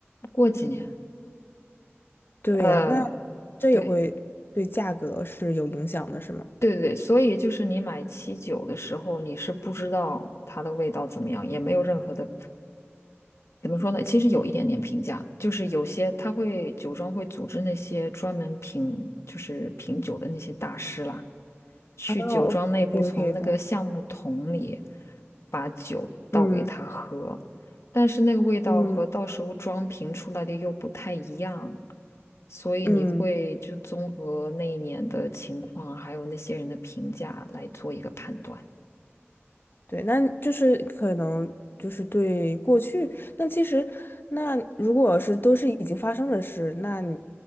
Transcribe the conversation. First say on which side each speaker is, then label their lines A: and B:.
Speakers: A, on the left (about 75°); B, on the left (about 50°).
A: 过几年，
B: 对呀，
A: 呃，
B: 那这也会对价格是有影响的，
A: 对。
B: 是吗？
A: 对对对所以就是你买七九的时候，你是不知道它的味道怎么样，也没有任何的，怎么说呢？其实有一点点评价，就是有些他会酒庄会组织那些专门品，就是品酒的那些大师啦。去酒庄内部从那个橡木桶里
B: 啊，OK 的，
A: 把酒倒给他喝，
B: 嗯
A: 但是那个味道和到时候装瓶出来的又不太一样，
B: 嗯
A: 所以你会就综合那一年的情况，
B: 嗯。
A: 还有那些人的评价来做一个判断。
B: 对，那就是可能就是对过去，那其实那如果是都是已经发生的事，那你